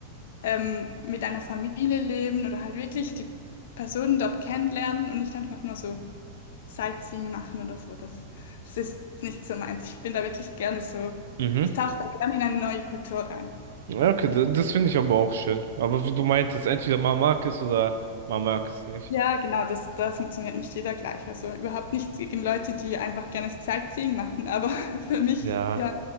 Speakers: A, on the left; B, on the right.
A: ähm, mit einer Familie leben oder halt wirklich die Personen dort kennenlernen und nicht einfach nur so Sightseeing machen oder so. Das, das ist nicht so meins. Ich bin da wirklich gerne so,
B: mhm.
A: ich tauche da gerne in eine neue Kultur rein.
B: Ja, okay, da- das finde ich aber auch schön. Aber wie du meintest, entweder man mag es oder man mag es nicht.
A: Ja, genau, das, da funktioniert nicht jeder gleich. Also überhaupt nichts gegen Leute, die einfach gerne Sightseeing machen, aber <laughs> für mich,
B: Ja.
A: ja,